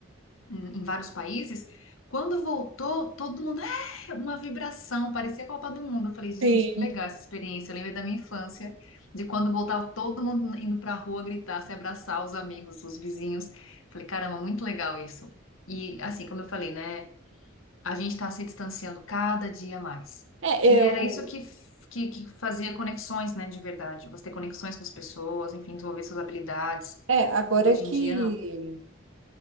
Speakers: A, on the left (about 80°); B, on the right (about 70°).
A: em em vários países. Quando voltou, todo mundo, é, uma vibração, parecia a Copa do Mundo. Eu falei, gente,
B: sim.
A: que legal essa experiência. Eu lembrei da minha infância, de quando voltava todo mundo indo pra rua gritar, se abraçar, os amigos, os vizinhos. Falei, caramba, muito legal isso. E assim, como eu falei, né, a gente tá se distanciando cada dia mais.
B: É,
A: E
B: eu.
A: era isso que, que, que fazia conexões, né, de verdade. Você ter conexões com as pessoas, enfim, desenvolver suas habilidades.
B: É, agora
A: E hoje
B: que
A: em dia, não.